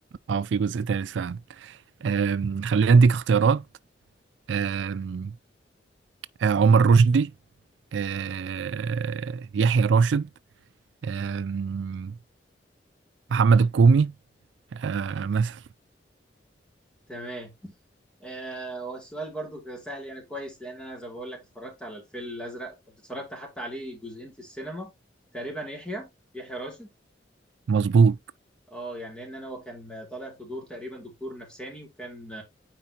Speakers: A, on the right; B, in the centre.
A: اه في جزء تالت فعلا أم، خلينا اديك اختيارات أم، آه، عمر رشدي آه، يحيى راشد أم، محمد الكومي آه، مثلا
B: تمام آه والسؤال برضو كان سهل يعني كويس لان انا زي ما بقول لك اتفرجت على الفيل الازرق كنت اتفرجت حتى عليه جزئين في السينما تقريبا يحيى يحيى راشد
A: مظبوط
B: اه يعني لان انا هو كان طالع في دور تقريبا دكتور نفساني وكان